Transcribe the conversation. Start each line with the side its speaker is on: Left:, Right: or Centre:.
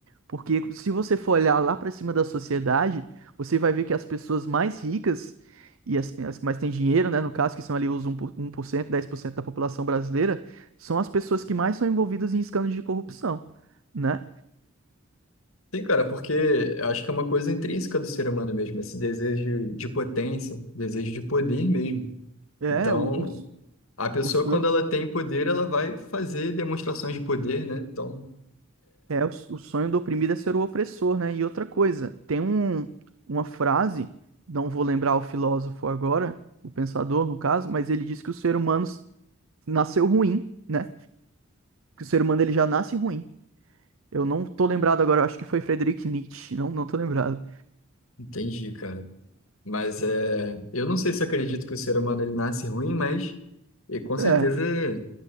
Right: Porque se você for olhar lá pra cima da sociedade, você vai ver que as pessoas mais ricas e as, as que mais têm dinheiro, né, no caso, que são ali os um por um por cento dez por cento da população brasileira, são as pessoas que mais são envolvidas em escândalos de corrupção, né?
Left: Sim, cara, porque eu acho que é uma coisa intrínseca do ser humano mesmo, esse desejo de potência, desejo de poder mesmo.
Right: É,
Left: Então,
Right: o- os,
Left: a pessoa,
Right: os,
Left: quando ela tem poder, ela vai fazer demonstrações de poder, né? Então,
Right: É, o, o sonho do oprimido é ser o opressor, né? E outra coisa, tem um, uma frase, não vou lembrar o filósofo agora, o pensador no caso, mas ele diz que o ser humano nasceu ruim, né? Que o ser humano ele já nasce ruim. Eu não tô lembrado agora, eu acho que foi Friedrich Nietzsche, não, não tô lembrado.
Left: entendi, cara. Mas é, eu não sei se acredito que o ser humano ele nasce ruim, mas e com
Right: É.
Left: certeza